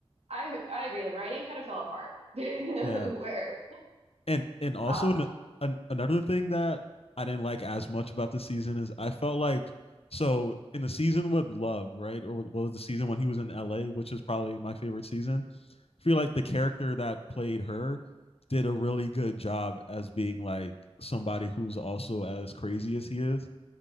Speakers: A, on the right; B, on the left.
A: I, I agree. The writing kind of fell apart. <laughs> Where,
B: yeah, and and also
A: uh,
B: an, an, another thing that I didn't like as much about the season is I felt like so in the season with Love, right, or what was the season when he was in L.A., which is probably my favorite season. I feel like the character that played her did a really good job as being like somebody who's also as crazy as he is.